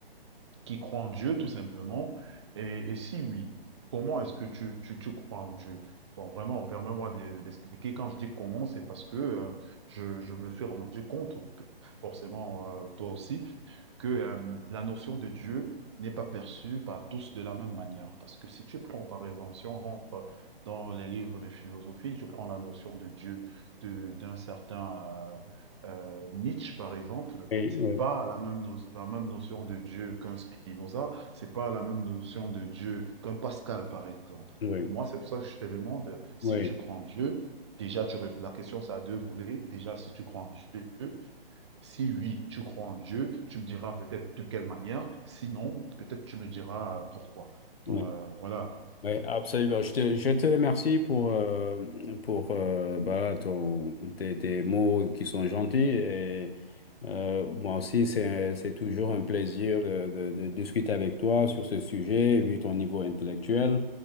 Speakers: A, on the right; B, on the left.
A: qui croient en Dieu, tout simplement? Et, et si oui, comment est-ce que tu, tu, tu crois en Dieu? Bon, vraiment, permets-moi de- d'expliquer. Quand je dis comment, c'est parce que euh, je, je me suis rendu compte, ou peut- forcément euh, toi aussi, que euh, la notion de Dieu n'est pas perçue par tous de la même manière. Parce que si tu prends, par exemple, si on rentre dans les livres de philosophie, tu prends la notion de Dieu de, d'un certain euh, euh, Nietzsche, par exemple,
B: Oui,
A: c'est
B: oui,
A: pas la même, no- la même notion de Dieu qu'un Spinoza, c'est pas la même notion de Dieu qu'un Pascal, par exemple.
B: oui,
A: Moi, c'est pour ça que je te demande si
B: oui,
A: tu crois en Dieu. Déjà, tu réponds, la question, ça a deux volets. Déjà, si tu crois en Dieu, si oui, tu crois en Dieu, tu me diras peut-être de quelle manière. Sinon, peut-être tu me diras euh, pourquoi. Donc
B: oui,
A: euh, voilà.
B: oui, absolument. Je te, je te remercie pour, euh, pour euh, voilà, ton, tes, tes mots qui sont gentils. Et, euh, moi aussi, c'est, c'est toujours un plaisir de, de- de discuter avec toi sur ce sujet, vu ton niveau intellectuel.